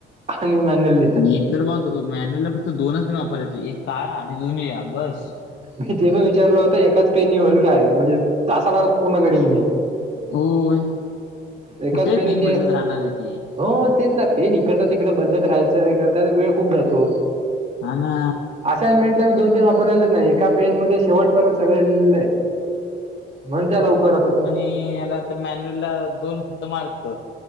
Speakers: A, on the right (about 35°); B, on the left (about 70°).
A: आणि मॅन्यूल
B: मी तर बा मॅन्युलला फक्त दोनच मी वापर येतो एक काळा आणि दोन निळा बस.
A: मी ते पण विचारलं होत एकाच पेननी होईल काय? म्हणजे तासाभारात पूर्ण करेन मी.
B: होय.
A: एकाच
B: कुठे
A: पेननी
B: पेन
A: लिहे
B: बदलत राहणार आहे ती.
A: हो तेच ना पेन इकडता तिकडं बदलत राहायचं. त्याला वेळ खूप जातो.
B: हा ना.
A: असाईनमेंटला मी दोन तीन वापरलेलच नाही. एका पेनमध्ये शेवटपर्यंत सगळं लिहिलेलं आहे. म्हणून त्या लवकर होत्यात ना.
B: हम्म, याला तर मॅन्युल ला दोन फक्त मार्क.